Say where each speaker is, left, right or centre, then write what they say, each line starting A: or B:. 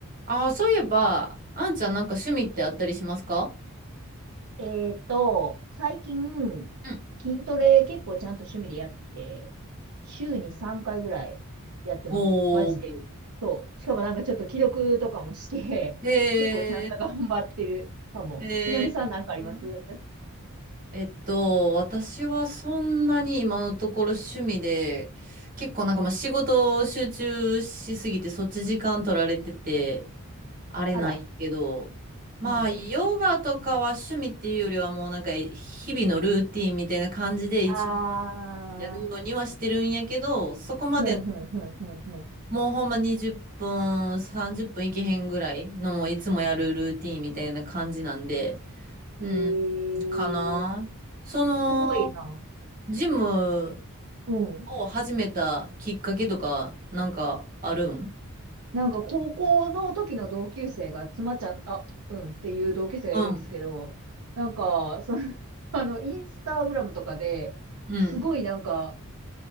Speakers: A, on the right; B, on the right.
A: ああ、そういえば、あんちゃんなんか趣味ってあったりしますか
B: えーっと、最近、
A: うん
B: 筋トレ結構ちゃんと趣味でやってて、週に3回ぐらいやってます。
A: おー、
B: マジで。そう。しかもなんかちょっと記録とかもして、
A: へ
B: 結構ちゃんと頑張ってるかも。
A: えへ
B: みのりさんなんかあります
A: ー、えっと、私はそんなに今のところ趣味で、結構なんかまあ仕事を集中しすぎてそっち時間取られてて、あれなんやけど、
B: あら。
A: まあヨガとかは趣味っていうよりはもうなんか日々のルーティンみたいな感じで一応
B: うん。あー。
A: やるようにはしてるんやけど、そこまで
B: うん、うん、うん、うん、う
A: もうほんま20分、30分いけへんぐらいのもういつもやるルーティンみたいな感じなんで、うん、
B: ん。えー、
A: かな。その、
B: すごいな。
A: ジム
B: うん。
A: を始めたきっかけとか、なんかあるん
B: なんか高校の時の同級生が、妻ちゃん、あ、うんっていう同級生がいるんですけど、
A: うん。
B: なんか、その、<laughs> あの、インスタグラムとかで、
A: うん。
B: すごいなんか、